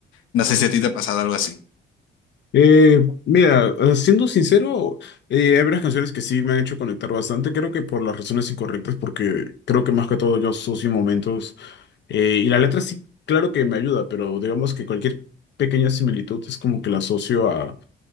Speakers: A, on the left; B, on the left.
A: No sé si a ti te ha pasado algo así.
B: Eh, mira, eh, siendo sincero, eh, hay varias canciones que sí me han hecho conectar bastante, creo que por las razones incorrectas, porque creo que más que todo yo asocio momentos Eh, y la letra sí, claro que me ayuda, pero digamos que cualquier pequeña similitud es como que la asocio a,